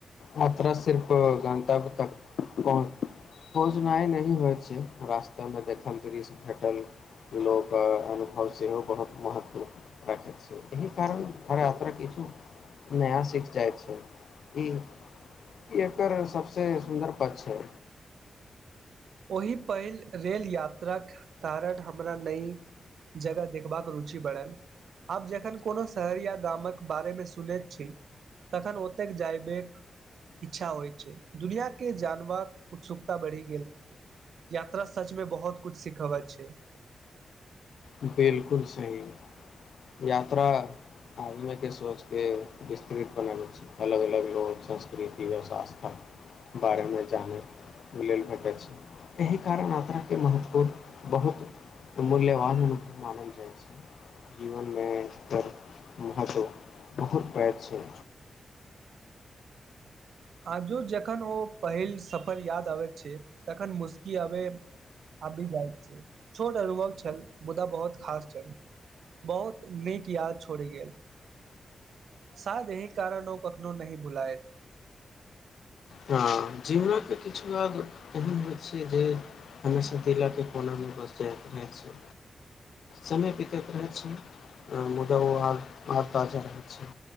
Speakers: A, on the left; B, on the right.
A: यात्रा सिर्फ गन्तव्य तक पहुच पहुँचनाइ नहि होइत छै रास्तामे देखल दृश्य भेटल लोक अनुभव सेहो बहुत महत्व रखैत छै एहि कारण हर यात्रा किछु नया सीख जाइत छै ई ई एकर सभसँ सुन्दर पक्ष छै
B: ओहि पहिल रेल यात्राक कारण हमरा नई जगह देखबाक रुचि बढ़ल आब जखन कोनो शहर या गामक बारेमे सुनैत छी तखन ओतेक जायबाके इच्छा होइत छै दुनियांके जानबाक उत्सुकता बढ़ि गेल यात्रा सचमें बहुत कुछ सिखबैत छै
A: बिलकुल सही यात्रा आदमीके सोचके विस्तृत बनाबैत छै अलग अलग लोक संस्कृति आओर संस्था बारेमे जानै लेल भेटै छै एहि कारण यात्राके महत्व बहुत मूल्यवान मानल जाइ छै जीवनमे एकर महत्व बहुत पैघ छै
B: आजो जखन ओ पहिल सफर याद आबैत छै तखन मुस्की आबैय आबि जाइत छै छोट अनुभव छल मुदा बहुत खास छल बहुत नीक याद छोड़ि गेल शायद एहि कारण ओ कखनो नहि भुलाइत
A: हँ जीवनक किछु याद एहन होइत छै जे हमेशा दिलके कोनामे बस जाइत रहैत छै समय बितैत रहैत छै मुदा ओ आद ताजा रहैत छै